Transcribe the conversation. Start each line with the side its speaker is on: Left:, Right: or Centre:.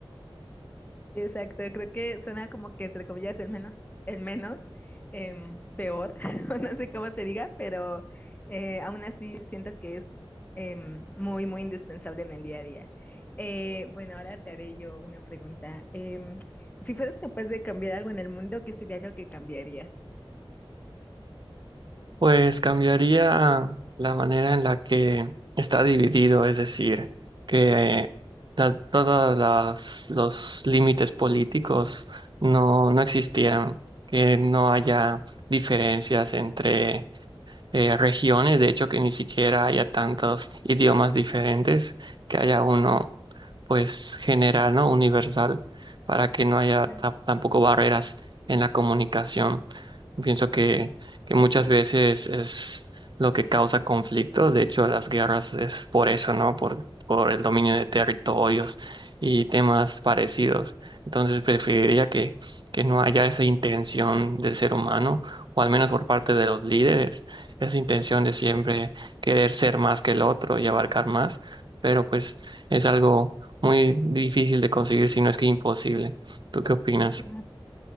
Left: Sí, exacto, creo que suena como que entre comillas el menos, el menos em, peor, <laughs> o no sé cómo se diga, pero eh, aún así siento que es em, muy, muy indispensable en el día a día. Eh, bueno, ahora te haré yo una pregunta. Em, si fueras capaz de cambiar algo en el mundo, ¿qué sería lo que cambiarías?
Right: Pues cambiaría la manera en la que está dividido, es decir, que la- todas las, los límites políticos no, no existieran, que no haya diferencias entre eh, regiones, de hecho que ni siquiera haya tantos idiomas diferentes, que haya uno pues general, ¿no? Universal, para que no haya
Left: Claro,
Right: ta- tampoco barreras en la comunicación. Pienso que, que muchas veces es lo que causa conflictos De hecho, las guerras es por eso, ¿no? Por, por el dominio de territorios
Left: sí.
Right: y temas parecidos. Entonces, preferiría que, que no haya esa intención del ser humano, o al menos por parte de los líderes, esa intención de
Left: Ok,
Right: siempre querer ser más que el otro y abarcar más. Pero pues es algo muy difícil de conseguir, si no es que imposible. ¿Tú qué opinas?
Left: claro,